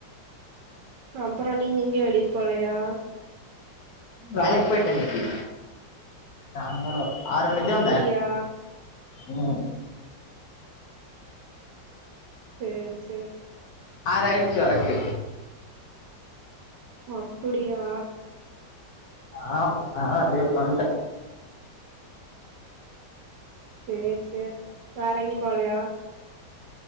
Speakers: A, on the right; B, on the left.
A: அப்ரோ நீங்க எங்கயு வெளிய போலையா
B: வேலைக்கு போயிட்ட இன்னைக்கு சாங்காலோ ஆறு மணிக்கு
A: அப்டியா
B: தா வந்த
A: சரி சரி
B: ஆர்ச்சு வரைக்கு
A: அப்படியா
B: ஆஹ ஆஹா அப்படியே பண்ட்ட
A: சரி சரி வேற எங்கயு போலையா